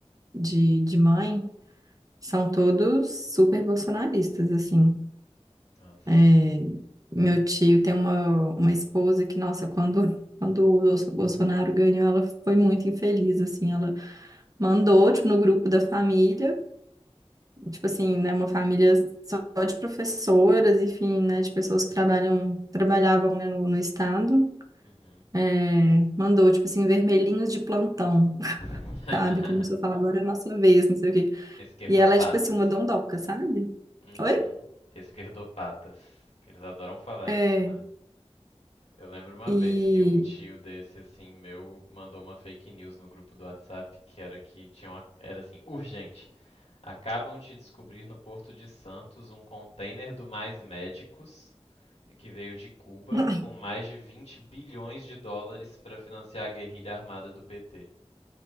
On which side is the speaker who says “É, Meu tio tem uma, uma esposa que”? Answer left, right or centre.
Right